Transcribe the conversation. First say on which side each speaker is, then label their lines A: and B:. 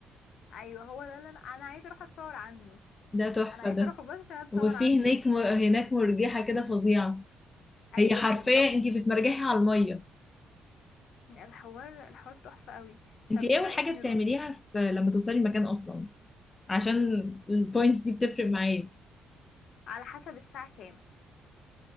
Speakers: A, on the left; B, on the left.
A: ايوه هو ده اللي انا انا عايزه اروح اتصور عنده
B: ده تحفه
A: انا عايزه
B: ده
A: اروحه بس عشان اتصور
B: وفي
A: عنده
B: هناك هناك مرجحه كده فظيعه
A: ايوه
B: هي حرفيا
A: بالظبط
B: انتي بتتمرجحي على الميه
A: الحوار الحوار تحفه قوي
B: انتي
A: طب
B: ايه
A: ايه
B: اول
A: رايك
B: حاجه
A: نروح
B: بتعمليها في لما توصلي المكان اصلا عشان البوينتس دي بتفرق معايا
A: على حسب الساعه كام